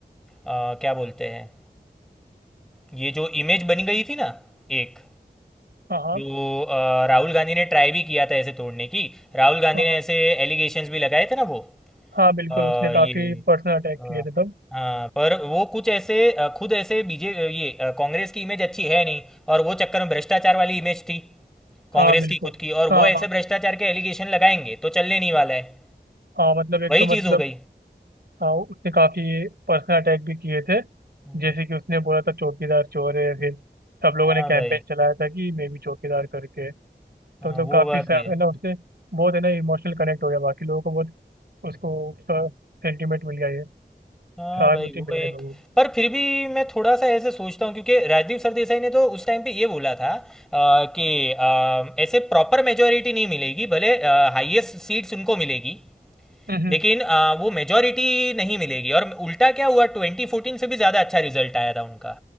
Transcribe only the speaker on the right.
हाँ हाँ
हाँ
हाँ
हाँ, बिल्कुल
उसने
काफी पर्सनल अटैक
किए थे तब
हाँ बिल्कुल
हाँ
हाँ
हाँ मतलब एक
तो
मतलब
हाँ उसने काफी पर्सनल अटैक भी किए थे
जैसे कि उसने बोला था चौकीदार चोर है फिर सब लोगों
ने कैंपेन
चलाया था कि मैं भी चौकीदार करके तो
मतलब
काफी
सा-
है ना उससे बहुत है ना इमोशनल कनेक्ट हो गया बाकी लोगों को बहुत उसको उसका सेंटिमेंट मिल गया ये सहानुभूति
मिल
गई लोगों को
हम्म, हम्म।